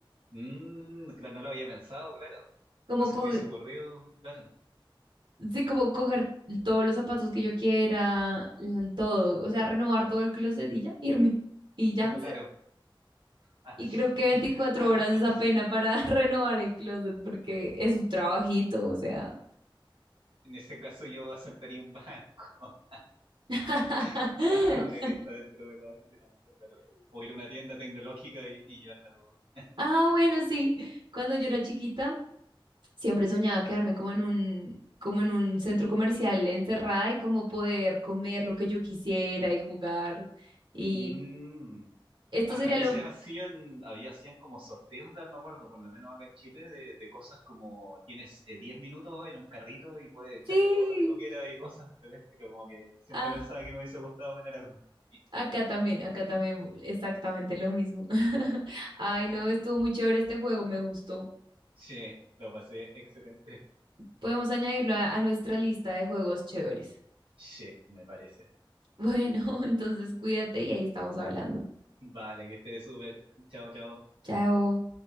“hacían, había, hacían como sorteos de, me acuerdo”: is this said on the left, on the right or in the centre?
Right